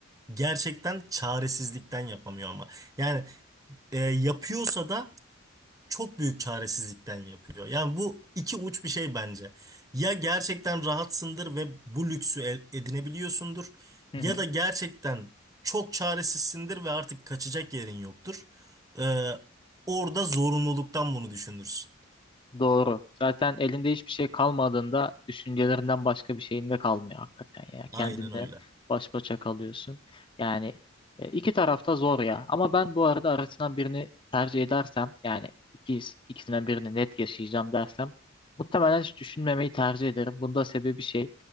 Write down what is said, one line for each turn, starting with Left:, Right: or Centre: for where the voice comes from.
Right: Gerçekten çaresizlikten yapamıyor ama. Yani e, yapıyorsa da çok büyük çaresizlikten yapıyor. Yani bu iki uç bir şey bence. Ya gerçekten rahatsındır ve bu lüksü el- edinebiliyorsundur
Left: Hı
Right: ya
Left: hı.
Right: da gerçekten çok çaresizsindir ve artık kaçacak yerin yoktur. Ee, orada zorunluluktan bunu düşünürsün.
Left: Doğru. Zaten elinde hiçbir şey kalmadığında düşüncelerinden başka bir şeyin de kalmıyor hakikaten ya.
Right: Aynen
Left: Kendinle
Right: öyle.
Left: baş başa kalıyorsun. Yani e, iki tarafta zor ya. Ama ben bu arada arasından birini tercih edersem yani ikiz, ikisinden birini net yaşayacağım dersem muhtemelen hiç düşünmemeyi tercih ederim. Bunda sebebi şey